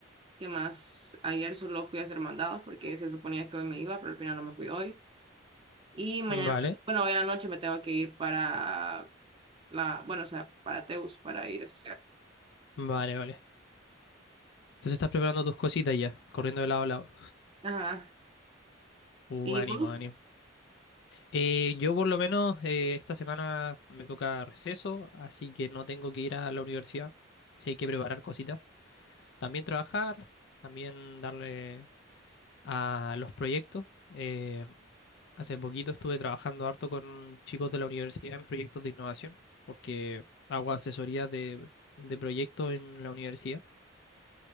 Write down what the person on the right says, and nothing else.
¿qué más? Ayer solo fui a hacer mandados porque se suponía que hoy me iba, pero al final no me fui hoy. Y mañana,
bueno, hoy a la noche me tengo que ir para la, bueno, o sea, para Teus, para ir a estudiar.
Ajá.
¿Y
vos?